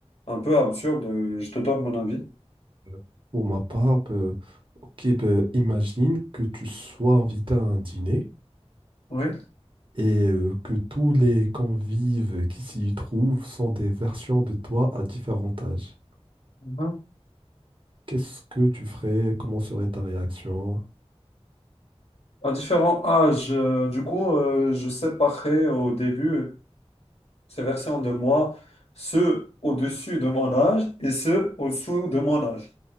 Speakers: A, on the left; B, on the right.
A: un peu absurde, euh, je te donne mon avis.
B: Euh, Pour ma part, bah, ok, bah, imagine que tu sois invité à un dîner
A: Oui.
B: et euh, que tous les convives qui s'y trouvent sont des versions de toi à différents âges.
A: Mhm.
B: Qu'est-ce que tu ferais? Comment serait ta réaction?
A: À différents âges, euh, du coup, euh, je séparais au début. se versant de moi, ceux au-dessus de mon âge et ceux au-dessous de mon âge.